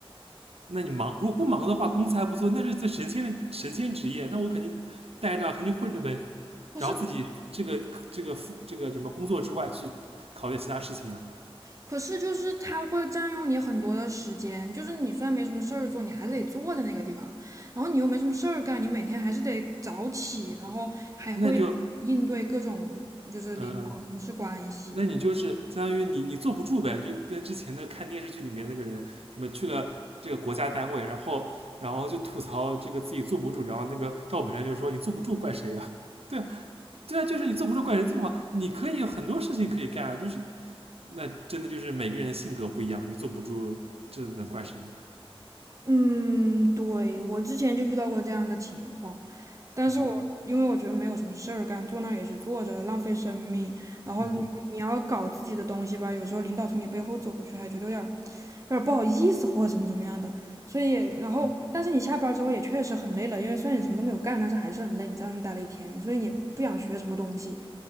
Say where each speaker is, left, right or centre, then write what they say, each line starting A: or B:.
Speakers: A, on the right; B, on the right.
A: 那你忙，如果不忙的话，工资还不错，那是这神仙的神仙职业，那我肯定待着啊肯定混着呗。
B: 可是，
A: 然后自己这个这个副这个什么工作之外去考虑其他事情啊，
B: 可是就是它会占用你很多的时间，就是你虽然没什么事儿做，你还是得坐在那个地方，然后你又没什么事儿干，你每天还是得早起，然后还会应对各种就是领导同事关系。
A: 那就嗯嗯。那你就是相当于你你坐不住呗，就跟之前的看电视剧里面那个人什么去了这个国家单位，然后然后就吐槽这个自己坐不住，然后那个赵本山就说你坐不住怪谁呀、啊 <laughs> 对啊，对啊，就是你坐不住怪谁这么好，你可以有很多事情可以干啊，就是那真的就是每个人的性格不一样，你坐不住这能怪谁呢？
B: 嗯，对，我之前就遇到过这样的情况，但是我因为我觉得没有什么事儿干，
A: 嗯
B: 坐那儿也是坐着，浪费生命。然后你你要搞自己的东西吧，
A: 嗯
B: 有时候领导从你背后走过去，还觉得有点儿有点儿不好意思或者怎么怎么样的。所以，然后但是你下班儿之后也确实很累了，因为虽然你什么都没有干，但是还是很累，你在外面待了一天，所以你不想学什么东西，